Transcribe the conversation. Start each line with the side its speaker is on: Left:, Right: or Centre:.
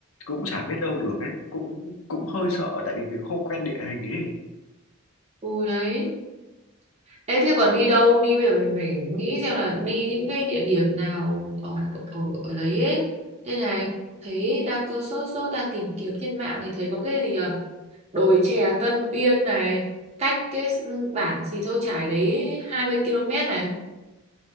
Left: cũng chả biết đâu được ấy cũng cũng hơi sợ tại vì mình không quen địa hình ấy
Right: Ừ, đấy. Ê, thế còn đi đâu? Đi bây giờ mình phải nghĩ xem là đi những cái địa điểm nào ở ở, ở đấy ấy. Đây này, thấy đang cứ sốt sốt đang tìm kiếm trên mạng thì thấy có cái gì à? Đồi chè Tân Uyên này, cách cái s- ừ, bản Xì Thâu Chải đấy 20 km này.